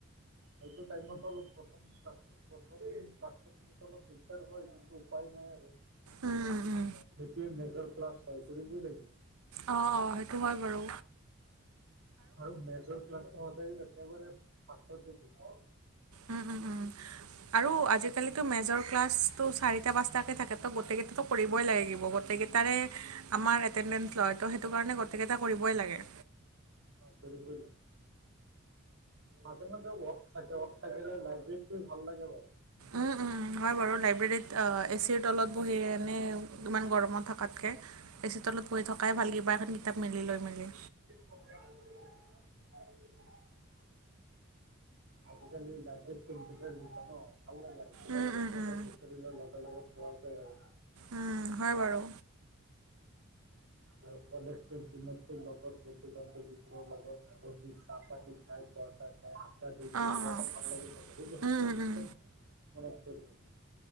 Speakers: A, on the right; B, on the right.
A: সেইটো টাইমত অলপ প্ৰথম ক্লাছ, প্ৰথম ক্লাছটো কৰোঁতে অলপ দিগদাৰ হয় কিন্তু উপায় নাই আৰু
B: উম উম উম
A: ডিগ্ৰীৰ মেজৰ ক্লাছ হয় কৰিবই লাগিব।
B: অহ, সেইটো হয় বাৰু।
A: আৰু মেজৰ ক্লাছটো সদায় একেবাৰে ফাৰ্ষ্টতে দিয়ে।
B: উম', উম', উম'। আৰু আজিকালিতো মেজৰ ক্লাছটো চাৰিটা পাঁচটাকে থাকে। তহ গোটেইকেইটাতো কৰিবই লাগিব। গোটেইকেইটাৰে আমাৰ এটটেণ্ডেন্স লয়, তহ সেইটো কাৰণে গোটেই কেইটা কৰিবই লাগে।
A: অহ, কৰিবই লাগিব। মাজে-মাজে অফ থাকে, অফ থাকিলে লাইব্ৰেৰীত গৈ ভাল লাগে বাৰু।
B: উম', উম'। হয় বাৰু লাইব্ৰেৰীত এ চিৰ তলত বহি এনেই ইমান গৰমত থকাতকে। এ চিৰ তলত পঢ়ি থকাই ভাল, কিবা এখন কিতাপ মেলি লৈ মেলি।
A: <unintelligible> আজিকালি লাইবেৰীত কম্পিউটাৰ দিছে ন' ভাল লাগে আৰু কিবা
B: উম,
A: বস্তু
B: উম, উম,
A: এটা বিচাৰলে লগে-লগে পোৱা যায় আৰু।
B: উম, হয় বাৰু।
A: আৰু কলেজৰ দিনতো লগৰ বন্ধু-বান্ধৱীবোৰৰ লগত বহি চাহ পানী খাই পৰঠা খায়, আড্ডা দি,
B: অঁ, অঁ,
A: কিবা এটা ভাল লাগি থাকে, এই বস্তুটো
B: উম, উম,
A: বেছিকৈ
B: উম।
A: মনত পৰি থাকে।